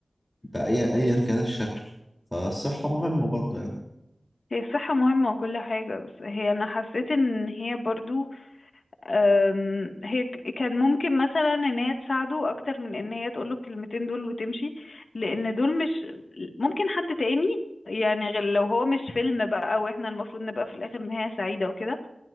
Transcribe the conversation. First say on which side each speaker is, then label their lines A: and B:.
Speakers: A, on the left (about 15°); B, on the left (about 75°).
A: بأي أيا كان الشكل فالصحة مهمة برضه
B: هي الصحة مهمة وكل حاجة بس هي أنا حسيت إن هي برضو أم، هي ك- كان ممكن مثلا إن هي تساعده أكتر من إن هي تقوله الكلمتين دول وتمشي لأن دول مش ممكن حد تاني يعني غير لو هو مش فيلم بقى وإحنا المفروض نبقى في الآخر نهاية سعيدة وكده